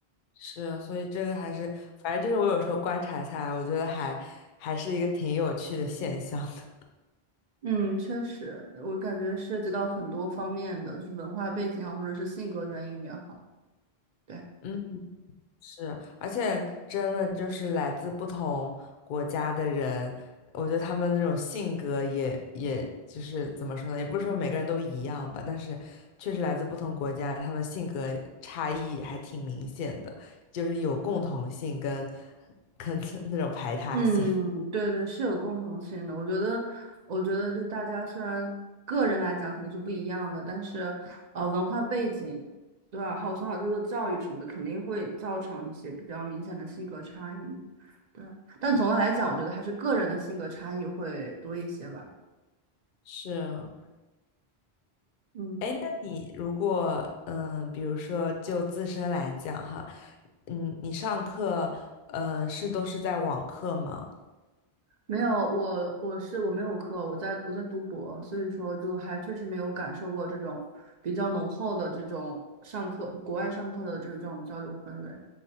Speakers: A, on the left (about 60°); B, on the right (about 55°).
A: 是，所以这个还是，反正就是我有时候观察下来，我觉得还还是一个挺有趣的现象的。
B: 嗯，确实，我感觉涉及到很多方面的，就是文化背景啊，或者是性格原因也好。对。
A: <laughs> 嗯。是，而且真的就是来自不同国家的人，我觉得他们那种性格也，也就是怎么说呢，也不是说每个人都一样吧，但是确实来自不同国家，他们性格差异还挺明显的，就是有共同性跟跟 <laughs> 那种排他性。
B: 嗯，
A: <laughs>
B: 对对，是有共同性的。我觉得，我觉得就是大家虽然个人来讲肯定是不一样的，但是呃，文化背景，对吧？还有从小接受教育什么的，肯定会造成一些比较明显的性格差异。对，但总的来讲，我觉得还是个人的性格差异会多一些吧。
A: 是，
B: 嗯，
A: 哎，那你如果嗯，比如说就自身来讲哈，嗯，你上课嗯是都是在网课吗？
B: 没有，我我是我没有课，我在我在读博，所以说就还确实没有感受过这种比较浓厚的这种上课，国外上课的这种交流氛围。